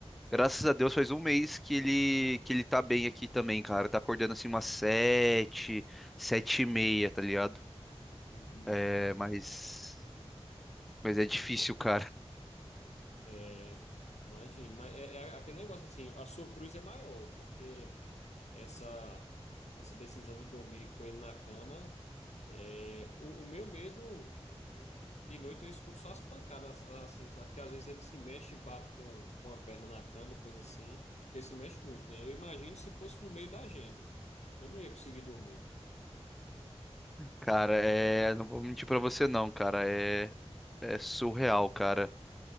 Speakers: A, in the centre; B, on the left.
A: graças a Deus, faz um mês que ele que ele tá bem aqui também, cara. Tá acordando assim umas sete, sete e meia, tá ligado?
B: Uhum.
A: É, mas mas é difícil, cara. <laughs>
B: É, imagino. Mas é, é aquele negócio assim, a sua cruz é maior, porque essa essa decisão de dormir com ele na cama, é, o, o meu mesmo, de noite eu escuto só as pancadas assim, sabe? Porque às vezes ele se mexe e bate com, com a perna na cama, coisa assim, porque se mexe muito, né? Eu imagino se fosse no meio da gente, eu não ia conseguir dormir.
A: Cara, é, não vou mentir pra você não, cara. É é surreal, cara.